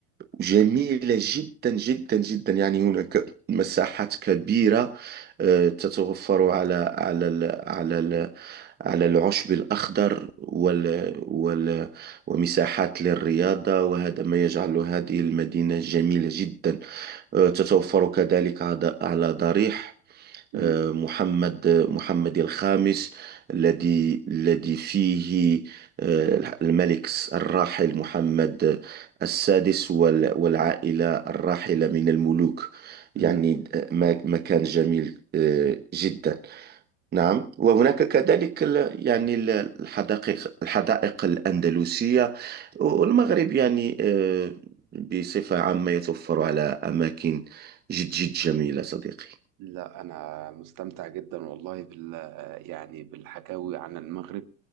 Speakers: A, on the right; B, on the right.
A: جميلة جدا جدا جدا يعني هناك مساحات كبيرة آه، تتوفر على على ال- على ال- على العشب الأخضر وال وال ومساحات للرياضة وهذا ما يجعل هذه المدينة جميلة جدا آه، تتوفر كذلك عد- على ضريح
B: مم.
A: آه، محمد محمد الخامس الذي الذي فيه آه، الملك الراحل محمد السادس وال- والعائلة الراحلة من الملوك يعني
B: مم.
A: آه، ما ما كان جميل آه، جدا نعم وهناك كذلك ال- يعني ال- الحدائق الحدائق الأندلسية والمغرب يعني آه، بصفة عامة يتوفر على أماكن جد جد جميلة صديقي
B: لا أنا مستمتع جدا والله بال يعني بالحكاوي عن المغرب